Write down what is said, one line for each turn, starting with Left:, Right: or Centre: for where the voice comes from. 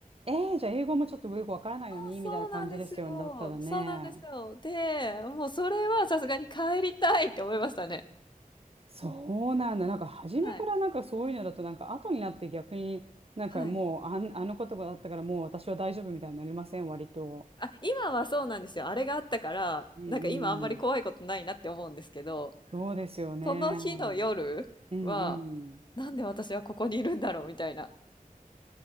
Right: えー、じゃあ英語もちょっとよくわからないのにみたいな感じですよね。
Left: そうなんですよ。
Right: だったらね。
Left: そうなんですよ。で、もうそれはさすがに帰りたいって思いましたね。
Right: そうなんだ。なんか初めからなんかそういうのだとなんか後になって逆になんかもうあん、
Left: はい。はい。
Right: あの言葉だったからもう私は大丈夫みたいになりません、割と。
Left: あ、今はそうなんですよ。あれがあったから、
Right: うんうん。
Left: なんか今あんまり怖いことないなって思うんですけど、
Right: そうですよね。
Left: その日の夜は、
Right: うんうん。
Left: なんで私はここにいるんだろうみたいな。